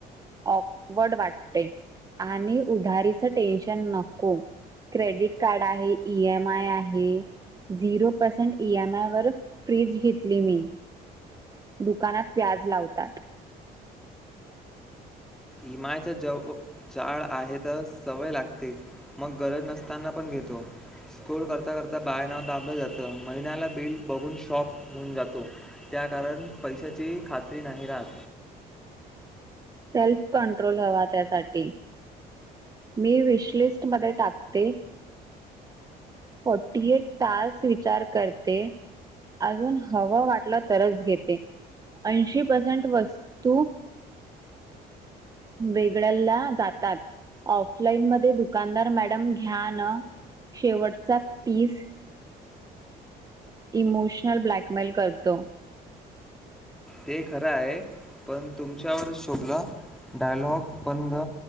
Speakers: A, on the right; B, in the centre.
A: ऑकवर्ड वाटते आणि उधारीच टेन्शन नको क्रेडिट कार्ड आहे ई एम आय आहे. झिरो पर्सेंट ईम आय वर फ्रीज घेतली मी. दुकानात व्याज लावतात.
B: इमायच्या ज जाळ आहे तर सवय लागते मग गरज नसताना पण घेतो स्कोर करता करता बाय नाव दाबलं जातं महिन्याला बिल बघून शॉक होऊन जातो त्या कारण पैशाची खात्री नाही राहत.
A: सेल्फ कंट्रोल हवा त्यासाठी मी विशलिस्ट मध्ये टाकते. फोर्टी एट तास विचार करते अजून हवं वाटलं तरच घेते ऐंशी पेरसेन्ट वस्तू वेगळला जातात ऑफलाईन मध्ये दुकानदार मॅडम घ्या न शेवट. <unintelligible> इमोशनल ब्लॅकमेल करतो.
B: ते खरं आहे. पण तुमच्यावरच शोभलं डायलॉग पण ग